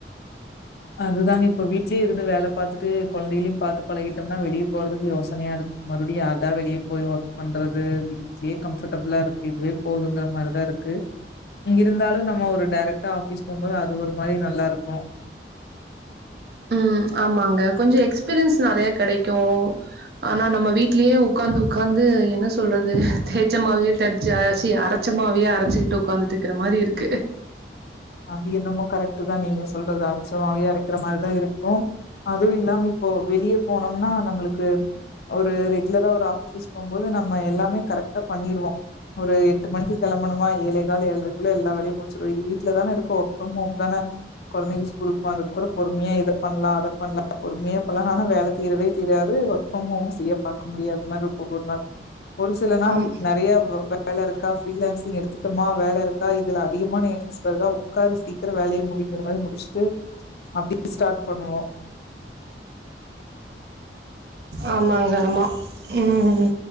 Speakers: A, on the left (about 60°); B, on the right (about 60°).
A: அதுதாங்க இப்ப வீட்லேயே இருந்து வேல பாத்துட்டு கொழந்தைகளையு பாத்து பழகிட்டோம்னா வெளிய போறதுக்கு யோசனையாருக்கு மறுபடியு யார்தா வெளிய போய் வர்க் பண்றது இதுவே கம்ஃபர்டபிளா இருக்கு இதுவே போதுங்கற மாரிதா இருக்கு இங்க இருந்தாலு நம்ம ஒரு டைரக்டா ஆஃபிஸ் போம்போது அது ஒரு மாரி நல்லா இருக்கு
B: ஆ ஆமாங்க கொஞ்சு எக்ஸ்பீரியன்ஸ் நறைய கெடைக்கு ஆனா நம்ம வீட்லயே உக்காந்து உக்காந்து என்ன சொல்றது தேச்சமாவே தெச்ச சி அரைச் அரைச்ச மாவேயே அரைச்சிட்டு உக்காந்துட்டு இருக்கிற மாரி இருக்கு
A: அது யென்னமோ கரெட் டு தா நீங்க சொல்றது அரச்ச மாவையே அரைக்கிற மாரிதா இருக்கு அதுவு இல்லாம இப்போ வெளிய போனா இன்னு நம்முளுக்கு ஒரு ரெகுலரா ஒரு ஆஃபிஸ் போம்போது நம்ம எல்லாமே கரெக்டா பண்ணிருவோ ஒரு எட்டு மணிக்கு கெளம்பணுமா ஏழேகால் ஏழரைக்குள்ள எல்லா வேலையு முடிச்சுருவோ இது வீட்டு டுல தான இருக்கோ வர்க் ஃபிரம் ஓம் தான கொழந்தைங்க ஸ்கூலுக்கு போனத்துக் கப்பரோ பொறுமையா இத பண்ணலா அத பண்ணலா பொறுமையாப்பன்னு ஆனா வேல தீரவே தீராது ஒர்க் ஃப்ரம் ஹோம் செய்ய பாக்க முடியாத மாரி இருக்கு ஒவ்வொருநாள் ஒரு சில நாள்
B: ஆம்
A: நறைய வே வேலை இருக்கா ஃப்ரீலான்சிங் எடுத்துட்டமா வேலை இருக்கா இதுல அதிகமான எக்ஸ் இப்படிதா உட்காரு சீக்கிரம் வேலைய முடிங்கிற மாரி முடிச்சுட்டு அப்படியே ஸ்டார்ட் பண்ணுவோ
B: ஆமாங்க ஆமா ம்